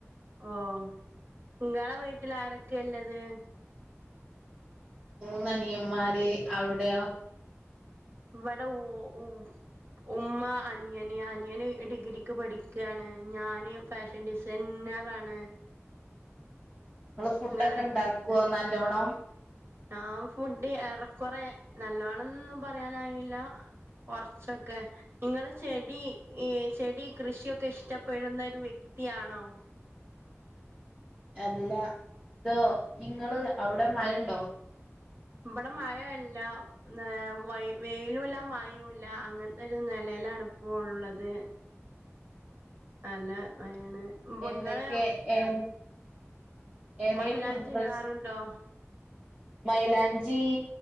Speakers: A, on the right; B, on the right.
A: ഉം ങ്ങള വീട്ടില് ആരെക്കെല്ലത്
B: മൂന്നനിയമ്മാര് അവ്ടെയോ
A: വടെ ഊ ഉം ഉമ്മ അനിയന് അനിയന് ഡിഗ്രിക്ക് പഠിക്കാണ് ഞാന് ഫാഷൻ ഡിസൈന്നറാണ്
B: ങ്ങള് ഫുഡൊക്കെ
A: നിങ്ങള്
B: ഇണ്ടാക്കോ നല്ലോണം
A: ഞാം ഫുഡ് ഏറെക്കൊറെ നല്ലോണംന്നും പറയാനായില്ല കൊർച്ചൊക്കെ ഇങ്ങള് ചെടി ചെടി കൃഷിയൊക്കെ ഇഷ്ടപ്പെടുന്ന ഒരു വ്യക്തിയാണോ
B: അല്ല തോ ഇങ്ങള് അവ്ടെ മഴണ്ടോ
A: ഇബട. മഴ ല്ല ഏ വയി വെയിലു ഇല്ല മയു ഇല്ല അങ്ങൻത്തെ ഒരു നെലെലാണ് ഇപ്പോ ഉള്ളത് നല്ല മയെണ് വ്ങ്ങള്
B: എന്തൊക്കെ ഏത് ഏതെങ്കിലും
A: മൈലാഞ്ചി
B: ഫുഡ്
A: ഇടാറുണ്ടോ
B: റെസിപ്പി മൈലാഞ്ചി